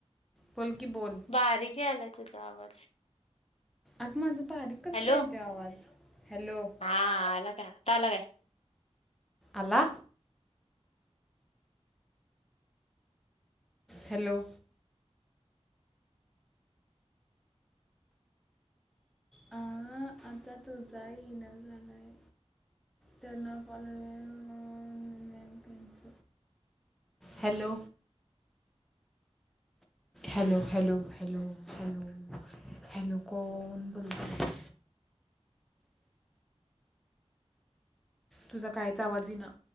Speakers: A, in the centre; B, on the left.
A: फल की बोल
B: बारीके आलाय तुझा आवाज.
A: अग माझं बारीक कसं
B: हॅलो
A: काय येतो आवाज हॅलो.
B: हा आलं का आता आला काय
A: आला हॅलो. आ आता तो जा येना झालाय त्यांनपण नि पच hello hello, hello, hello, hello, hello कोण बोलत तुझा कायच आवाज इना